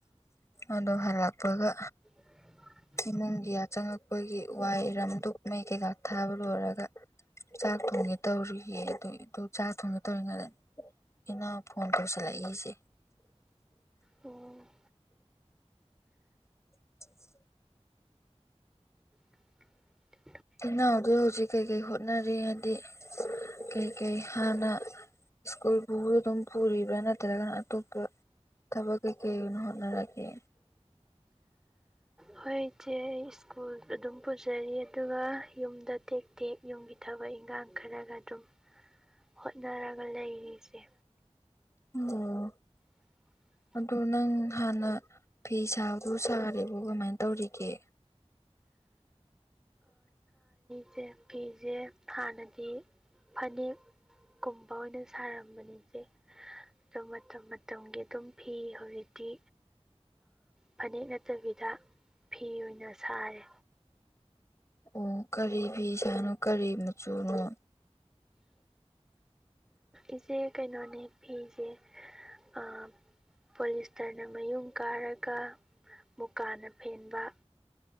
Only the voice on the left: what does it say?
ꯑꯗꯣ ꯍꯜꯛꯄꯒ
ꯏꯃꯨꯡꯒꯤ ꯑ ꯆꯪꯉꯛꯄꯒꯤ ꯋꯥꯏꯔꯝꯗꯨꯛ ꯃꯩ ꯀꯩꯀꯥ ꯊꯥꯕ ꯂꯣꯏꯔꯒ ꯆꯥꯛ ꯊꯣꯡꯉꯦ ꯇꯧꯔꯤꯌꯦ ꯑꯗꯨ ꯑꯗꯨ ꯆꯥꯛ ꯊꯣꯡꯉꯦ ꯇꯧꯔꯤꯉꯩꯗ ꯏꯅꯥꯑꯣ ꯐꯣꯟ ꯇꯧꯁꯜꯂꯛꯏꯁꯦ
<inaudible>
ꯏꯤꯟꯅꯥꯎꯗ ꯍꯧꯖꯤꯛ ꯀꯩꯀꯩ ꯍꯣꯠꯅꯔꯤ ꯍꯥꯏꯗꯤ ꯀꯩꯀꯩ ꯍꯥꯟꯅ ꯁ꯭ꯀꯨꯜꯕꯨ ꯑꯗꯨꯝ ꯄꯨꯔꯤꯕ꯭ꯔꯥ ꯅꯠꯇ꯭ꯔꯒꯅ ꯑꯇꯣꯞꯄ ꯊꯕꯛ ꯀꯩ ꯀꯩ ꯌꯅ ꯍꯠꯅꯔꯒꯦ
ꯎꯝꯍꯣ
ꯑꯗꯣ ꯅꯪ ꯍꯥꯟꯅ ꯐꯤ ꯁꯥꯗꯨ ꯁꯥꯔꯦꯔꯤꯕꯣ ꯀꯃꯥꯏꯅ ꯇꯧꯔꯤꯒꯦ
ꯑꯣ ꯀꯔꯤ ꯐ ꯁꯥꯥꯅꯣ ꯀꯔꯤ ꯃꯆꯨꯅꯣ